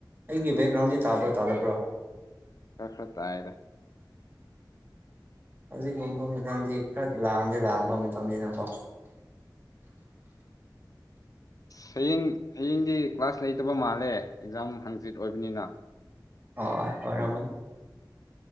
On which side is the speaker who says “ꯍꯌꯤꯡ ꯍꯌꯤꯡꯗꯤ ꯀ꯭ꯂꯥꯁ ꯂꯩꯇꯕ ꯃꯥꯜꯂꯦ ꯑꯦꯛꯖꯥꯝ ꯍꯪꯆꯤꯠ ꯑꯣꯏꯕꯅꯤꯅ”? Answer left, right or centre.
Left